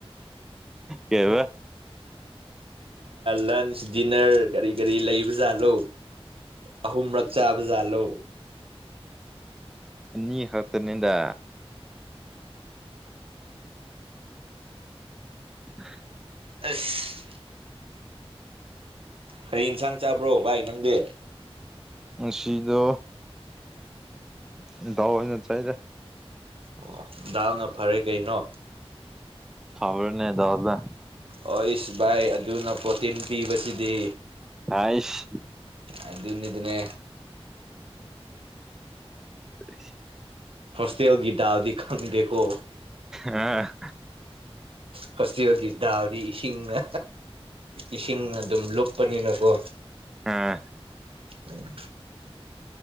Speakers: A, in the centre; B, on the right.
A: ꯀ
B: ꯂꯟꯆ ꯗꯤꯅꯔ ꯀꯔꯤ ꯀꯔꯤ ꯂꯩꯕꯖꯥꯠꯂꯣ ꯑꯍꯨꯝ ꯃꯔꯛꯆꯥꯥꯕꯖꯂꯣ
A: ꯅ ꯍꯠꯇꯅꯤꯗ <inaudible>
B: ꯑꯁ ꯀꯔꯤ ꯏꯟꯁꯥꯡ ꯆꯥꯕ꯭ꯔꯣ ꯚꯥꯏ ꯅꯪꯗꯤ
A: ꯁꯤꯗ ꯎ ꯗꯋꯥꯅ ꯆꯗ
B: ꯑꯣ ꯗꯥꯜꯅ ꯐꯔꯦ ꯀꯩꯅꯣ
A: ꯐꯕꯔꯅꯦꯗꯎꯔꯗ
B: ꯍꯁ ꯚꯥꯏ ꯑꯗꯨꯅ ꯄ꯭ꯔꯣꯇꯤꯟ ꯄꯤꯕꯁꯤꯗꯤ
A: ꯥꯏꯁ
B: ꯑꯗꯨꯅꯤꯗꯅꯦ
A: <inaudible>
B: ꯐꯁꯇꯦ ꯍꯧ ꯒꯤꯗꯥꯗꯤ ꯈꯪꯗꯦꯀꯣ
A: ꯑ
B: ꯐꯣꯁꯇꯕꯒꯤꯗꯥꯗꯤ ꯏꯁꯤꯡꯅ ꯏꯁꯤꯡ ꯑꯗꯨꯝ ꯂꯨꯞꯄꯅꯤꯅꯀꯣ
A: ꯑ
B: ꯎꯝ